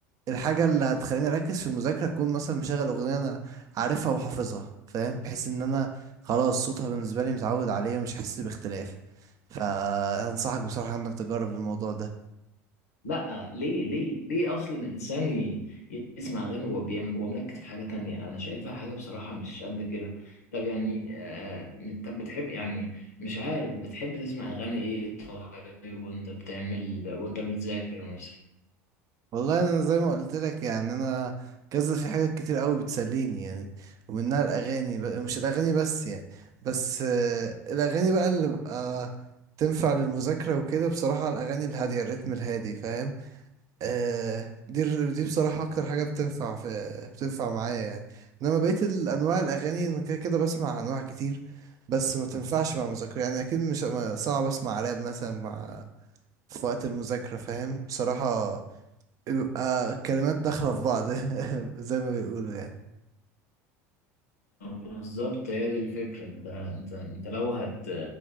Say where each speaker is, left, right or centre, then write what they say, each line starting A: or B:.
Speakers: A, on the right; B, on the left.
A: الحاجة اللي هتخليني أركز في المذاكرة أكون مثلا مشغل أغنية أنا عارفها وحافظها فاهم بحيث إن أنا خلاص صوتها بالنسبة لي متعود عليه ومش حاسس باختلاف فأنصحك بصراحة إنك تجرب الموضوع ده
B: لا ليه ليه ليه اصل الانسان ي- يسمع اغاني وهو بيعمل وهو مركز في حاجه تانية انا شايفها حاجه بصراحه مش قد كده طب يعني آه طب بتحب يعني مش عارف بتحب تسمع اغاني ايه طيب وانت بتعمل وانت بتذاكر مثلا
A: والله انا زي ما قلت لك يعني انا كذا في حاجات كتير قوي بتسليني يعني ومنها الاغاني ب... مش الاغاني بس يعني بس آه، الاغاني بقى اللي بقى تنفع للمذاكره وكده بصراحه الاغاني الهاديه الريتم الهادي فاهم آه دي الر- دي بصراحه اكتر حاجه بتنفع في بتنفع معايا يعني انما بقيت الانواع الاغاني انا كده كده بسمع انواع كتير بس ما تنفعش مع مذاكره يعني اكيد مش ما- صعب اسمع راب مثلا مع في وقت المذاكره فاهم بصراحه بيبقى كلمات داخلة في بعض <laughs> زي ما بيقولوا يعني
B: بالظبط هي دي الفكره انت انت انت لو هت